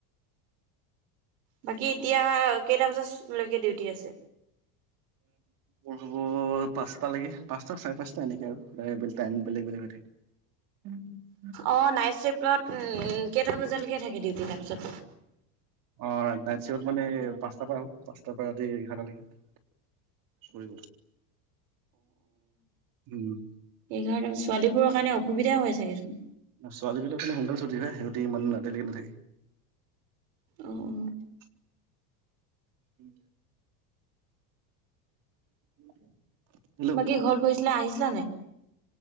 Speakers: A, on the right; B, on the right.
A: বাকী এতিয়া কেইটা বজালৈকে ডিউটি আছে
B: হব পাঁচটা লেকে পাঁচটা চাৰে পাঁচটা এনেকে আৰু টাইম বেলেগ বেলেগ হয়। উম
A: অ নাইট চিফ্টত কেইটা বজালৈকে থাকে ডিউটি তাৰপিছত
B: অ নাইট চিফ্টত মানে পাঁচটাৰ পৰা আহো পাঁচটাৰ পৰা ৰাতি এঘাৰটা লৈকে। উম
A: এঘাৰটা ছোৱালীবোৰৰ কাৰণে অসুবিধা হয় চাগেচোন
B: ছোৱালী বিলাক মানে সোনকালে ছুটি হয় হিহঁতি ইমান ৰাতিলৈকে নাথাকে।
A: অ অ
B: <unintelligible> উম <inaudible> হেল্ল'
A: বাকী ঘৰত গৈছিলা আহিছিলা নাই?